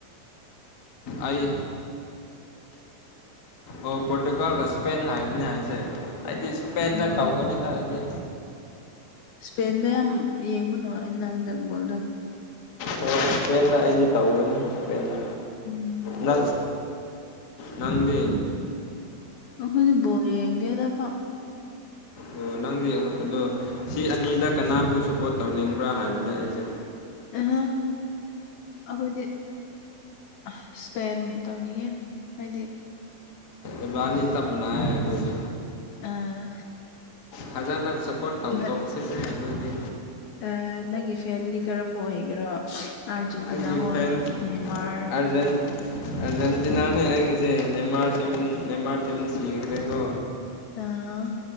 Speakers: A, on the left; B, on the left.
A: ꯑꯩ ꯑꯣ ꯄꯣꯇꯨꯒꯜꯒ ꯁꯄꯦꯦꯟ ꯍꯥꯏꯕꯅꯤ ꯍꯥꯏꯁꯦ ꯍꯥꯏꯗꯤ ꯏꯁꯄꯦꯟꯗ
B: ꯎꯝ
A: ꯇꯧꯒꯅꯤꯅ ꯍꯥꯏꯗꯤ
B: ꯏꯁꯄꯦꯟꯗ ꯌꯥꯝ ꯌꯦꯡꯕꯅꯣ ꯑꯩꯅ ꯍꯟꯗꯛ ꯣꯜꯗ
A: ꯍ ꯇ꯭ꯔꯦꯟꯗ ꯑꯩꯗꯤ ꯇꯧꯒꯅꯤ ꯇ꯭ꯔꯦꯟꯗ
B: ꯎꯝ
A: ꯅꯪ ꯅꯗꯤ
B: ꯑꯩꯈꯣꯏꯗꯤ ꯕꯣꯜ ꯌꯦꯡꯗꯦꯗ ꯐꯛ
A: ꯑꯣ ꯅꯪꯗꯤ ꯑꯗꯣ ꯁꯤ ꯑꯅꯤꯗ ꯀꯅꯥꯕꯨ ꯁꯄꯣꯔꯠ ꯇꯧꯅꯤꯡꯕ꯭ꯔꯥ ꯍꯥꯏꯕꯅ‌ꯦ ꯑꯩꯁꯦ
B: ꯑꯍ ꯑꯈꯣꯏꯗꯤ ꯑꯥ ꯏꯁꯄꯦꯟ ꯇꯧꯅꯤꯡꯉꯦ ꯍꯥꯏꯗꯤ
A: ꯏꯝꯔꯅꯤ ꯆꯞ ꯃꯅꯥꯏ ꯍꯥꯏꯗꯨꯁ
B: ꯑ
A: ꯐꯖꯅ ꯁꯞꯄꯣꯔꯠ ꯇꯧ
B: ꯕꯠ
A: ꯇꯣꯛꯁꯤꯅꯦ ꯑꯗꯨꯗꯤ
B: ꯑ ꯅꯪꯒꯤ ꯐꯦꯟꯗꯤ ꯀꯔꯝꯕ ꯑꯣꯏꯒꯦꯔꯣ ꯑꯥꯔꯖꯦꯟꯇꯤꯅꯥ
A: ꯑꯩꯒꯤ
B: ꯍꯣꯏ
A: ꯐꯦꯟꯁ
B: ꯗꯦꯟꯃꯥꯔ
A: ꯑꯥꯔꯖꯦꯟ ꯑꯥꯔꯖꯦꯟꯇꯤꯅꯥꯅꯦ ꯑꯩꯒꯤꯁꯦ ꯅꯦꯃꯥꯔ ꯇꯤꯝ ꯅꯦꯃꯥꯔ ꯇꯤꯝ ꯁꯤꯈ꯭ꯔꯦꯀꯣ
B: ꯑ